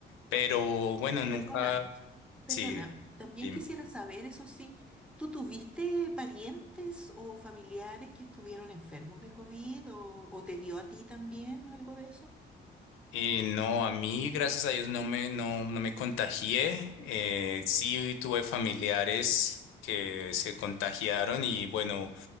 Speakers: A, on the left (about 85°); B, in the centre.
A: pero bueno, nunca,
B: Perdona. Perdona,
A: sí,
B: también
A: dime.
B: quisiera saber, eso sí, ¿tú tuviste parientes o familiares que estuvieron enfermos de COVID o, o te dio a ti también algo de eso?
A: Y no, a mí, gracias a Dios, no me, no, no me contagié. Eh, sí tuve familiares que se contagiaron y bueno,